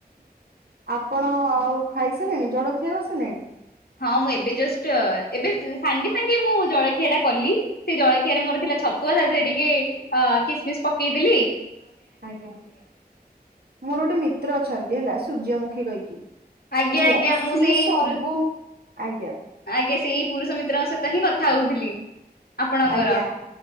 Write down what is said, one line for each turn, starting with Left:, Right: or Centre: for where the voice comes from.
Right: ଆପଣ ଆଉ ଖାଇସିଲେଣି ଜଳଖିଆ କରିସିଲେଣି?
Left: ହଁ ମୁଁ ଏବେ ଜଷ୍ଟ ଏବେ ସାଙ୍ଗେ ସାଙ୍ଗେ ମୁଁ ଜଳଖିଆ ଟା କଲି ସେ ଜଳଖିଆରେ ମୋର ଥିଲା ସୁଆ ତାଦ ଟିକେ ଅ କିସମିସ ପକେଇଦଲି
Right: ଆଜ୍ଞା ମୋର ଗୋଟେ ମିତ୍ର ଅଛନ୍ତି ହେଲା ସୂର୍ଯ୍ୟମୁଖୀ କହିକି
Left: ଆଜ୍ଞା
Right: ହେଲା
Left: ଆଜ୍ଞା
Right: ସିଏ
Left: ମୁଁ ସେଇ
Right: ସବୁ
Left: ପୁରୁ
Right: ଆଜ୍ଞା
Left: ଆଜ୍ଞା ସେଇ ପୁରୁଷ ମିତ୍ରଙ୍କ ସହିତ ହିଁ କଥା ହଉଥିଲି ଆପଣଙ୍କର
Right: ଆଜ୍ଞା